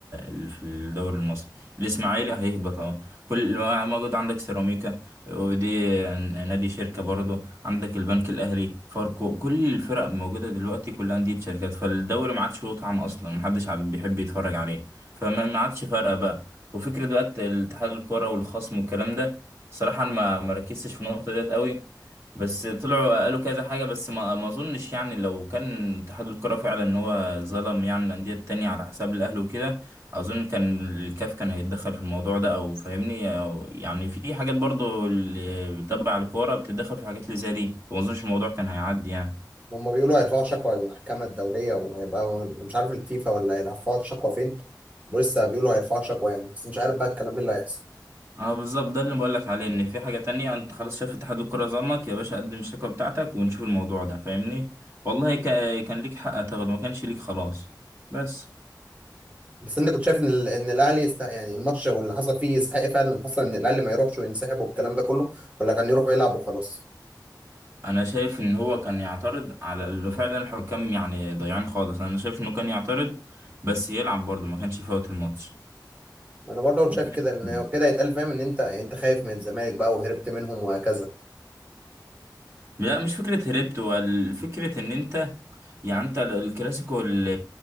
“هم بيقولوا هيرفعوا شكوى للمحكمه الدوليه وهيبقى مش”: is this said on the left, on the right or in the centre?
Right